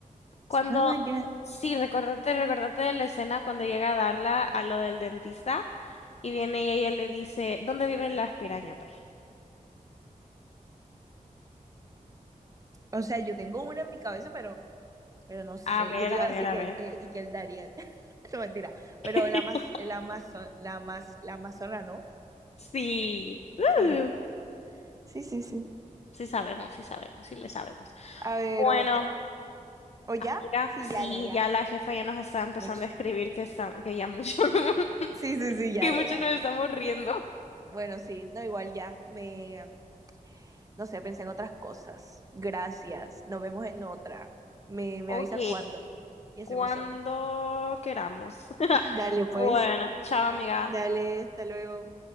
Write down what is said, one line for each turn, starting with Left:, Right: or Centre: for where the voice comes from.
Left: Cuando,
Right: selva más grande.
Left: sí, recordate, recordate de la escena cuando llega a darla a lo del dentista y viene ella y ella le dice, ¿dónde viven las pirañas, pues?
Right: O sea, yo tengo una en mi cabeza, pero, pero no sé.
Left: A ver,
Right: Yo te
Left: a
Right: iba a
Left: ver,
Right: decir
Left: a
Right: que,
Left: ver.
Right: eh, y que el Darien. <laughs> no, mentira. Pero
Left: <laughs>
Right: la más, la más, la más, la amazona, ¿no?
Left: Sí.
Right: Sí.
Left: Uh,
Right: Sí, sí, sí.
Left: sí sabemos, sí sabemos, sí le sabemos.
Right: A ver,
Left: Bueno,
Right: otra. ¿O ya?
Left: mira,
Right: Sí,
Left: sí,
Right: ya, ya, ya.
Left: ya la jefa ya nos está empezando
Right: Mucho.
Left: a escribir que está, que ya mucho, <laughs>
Right: Sí, sí, sí, ya,
Left: que mucho
Right: ya, ya.
Left: nos estamos riendo.
Right: Bueno, sí. No, igual ya. Me, no sé, pensé en otras cosas. Gracias. Nos vemos en otra. Me, me
Left: Ok,
Right: avisas cuándo y hacemos
Left: cuando
Right: otra.
Left: queramos. <laughs>
Right: Dale, pues.
Left: Bueno, chao amiga.
Right: Dale, hasta luego.